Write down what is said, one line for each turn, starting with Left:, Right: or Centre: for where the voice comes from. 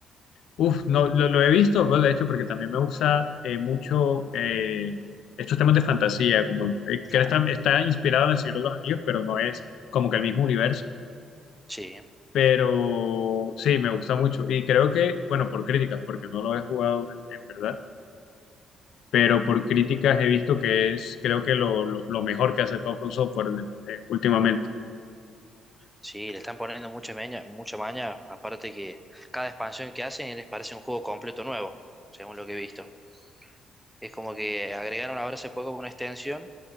Left: Uf, no, lo, lo he visto, pues, de hecho, porque también me gusta eh, mucho eh, estos temas de fantasía, como eh, que
Centre: Claro,
Left: está, está inspirado en El Señor de los Anillos, pero no es como que el mismo universo.
Centre: sí,
Left: Pero sí, me gusta mucho. Y creo que, bueno, por críticas, porque no lo he jugado en, en verdad, pero por críticas he visto que es, creo que lo, lo, lo mejor que ha sacado From Software eh, últimamente.
Centre: sí, le están poniendo mucha maña, mucha maña, aparte que cada expansión que hacen les parece un juego completo nuevo, según lo que he visto. Es como que agregaron ahora hace poco una extensión